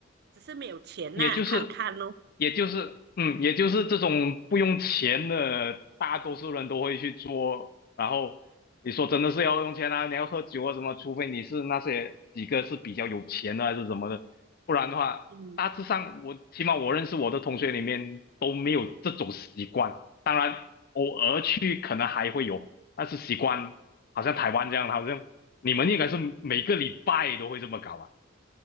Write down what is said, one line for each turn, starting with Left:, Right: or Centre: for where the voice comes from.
Right: 只是没有钱呐、
Left: 也就是
Right: 看看咯。
Left: 也就是嗯，也就是这种不用钱的，大多数人都会去做。然后你说真的是要用钱啊，你要喝酒啊什么，除非你是那些几个是比较有钱的还是什么的，不然的话，
Right: 嗯
Left: 大致上我起码我认识我的同学里面都没有这种习惯。当然，偶尔去可能还会有，但是习惯好像台湾这样，好像你们应该是每个礼拜都会这么搞吧？